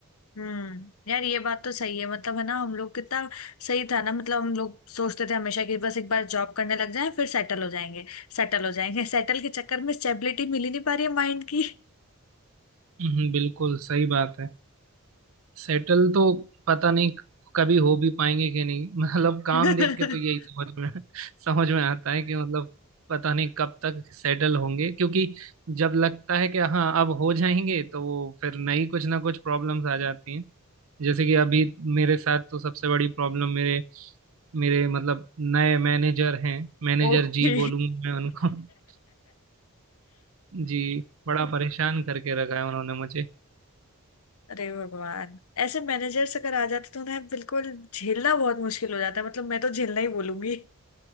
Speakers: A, on the left (about 80°); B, on the right (about 70°).
A: हम्म यार ये बात तो सही है मतलब है ना हम लोग कितना सही था ना मतलब हम लोग सोचते थे हमेशा कि बस एक बार जॉब करने लग जाए फिर सेटल हो जाएंगे सेटल हो जाएंगे <laughs> सेटल के चक्कर में स्टेबिलिटी मिल ही नहीं पा रही है माइंड की
B: हम्म, बिल्कुल सही बात है सेटल तो पता नहीं कभी हो भी पाएंगे कि नहीं <laughs> मतलब काम
A: <laughs>
B: देख के तो यही समझ में <laughs> समझ में आता है कि मतलब पता नहीं कब तक सेटल होंगे क्योंकि जब लगता है कि हाँ अब हो जाएंगे तो वो फिर नई कुछ ना कुछ प्रॉब्लम्स आ जाती हैं जैसे कि अभी मेरे साथ तो सबसे बड़ी प्रॉब्लम मेरे मेरे मतलब नए मैनेजर हैं मैनेजर
A: ओके
B: जी बोलूंगा मैं उनको <laughs> जी बड़ा परेशान करके रखा है उन्होंने मुझे
A: अरे भगवान ऐसे मैनेजर्स अगर आ जाते तो ना बिल्कुल झेलना बहुत मुश्किल हो जाता है मतलब मैं तो झेलना ही बोलूंगी